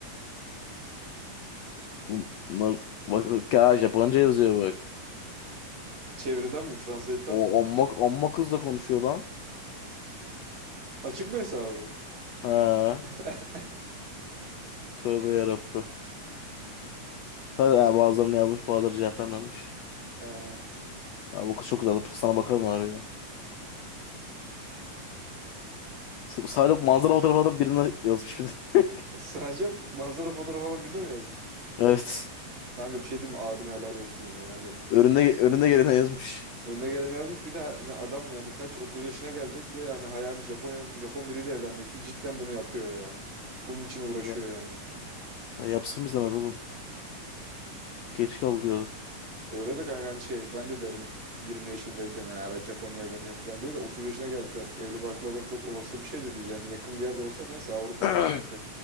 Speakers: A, on the left; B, on the right.
A: <laughs> Bunlar bak, bak ya Japonca yazıyor bak.
B: Çevreden mi? Translate'den
A: O
B: mi konuşuyor?
A: amma, amma kızla konuşuyor lan.
B: Açık mı hesabı?
A: Ha.
B: <laughs>
A: Tövbe yarabbim. Ha, bazılarını yazmış bazıları cevap vermemiş.
B: Ee,
A: Abi bu kız çok güzel. Sana bakarım abi ya. S- Sadece manzara fotoğrafı da birine yazmış bir de. <laughs>
B: sadece manzara fotoğrafı falan birine mi yazmış?
A: Evet.
B: Kanka bir şey diyeyim mi? Abine helal olsun ya. Hani
A: Önüne, önüne gelene yazmış.
B: önüne gelen yazmış. Bir de hani adam yani kaç 30 yaşına gelecek ve hani hayali Japon Japon biriyle evlenmekti. Cidden bunu yapıyor ya. Bunun için uğraşıyor
A: Ya.
B: yani.
A: ya Yapsın biz hemen oğlum. Geç kaldı
B: Öyle de kanka hani şey ben de derim 20 yaşındayken ha ben Japon'la evleneceğim falan diye de 30 yaşına gelmiş artık. Evli barklı adam çok olası bir şey de değil. Yani yakın bir yerde olsa neyse Avrupa olsa
A: ya.
B: neyse.